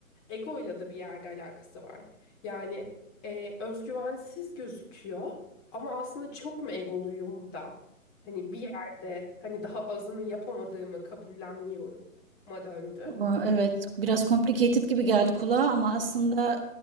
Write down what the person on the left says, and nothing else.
egoyla da bir yerde alakası var. Yani e, özgüvensiz gözüküyor ama aslında çok mu egoluyum da hani bir yerde hani daha azını yapamadığımı kabullenmiyorum ma döndü.